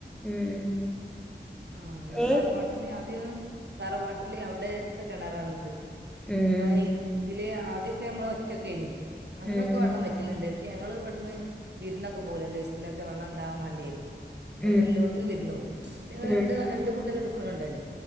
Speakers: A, in the centre; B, on the right.
A: ഉം
B: ആ ഇവിടെ
A: ഏ
B: താറവാട്ടില് ആദ്യം താറവാട്ടില് അവിടെത്തെ കിണറാ ള്ളത്
A: ഉം
B: അപ്പൊ ഇതില് ആദ്യ ഒക്കെ നമ്മൾ ഒറ്റൊക്കെഴിഞ്ഞി
A: ഉം
B: അന്നൊക്കെ വെള്ളം വറ്റ റ്റലുണ്ട് ഞങ്ങള് ഇവിടുന്ന് വിര്ന്നൊക്കെ പോവും രണ്ടീസ് തിനൊക്കെ വെള്ളം ഉണ്ടാവാൻ വേണ്ടിയേ വെള്ളം
A: ഉം
B: ല്ലോട്ത്ത് വിര്ന്നോവും പ്പം ഞങ്ങൾ
A: ഉം
B: രണ്ട് രണ്ട് കൂട്ടരെട്ക്ക്ണ് ണ്ടല്ലോ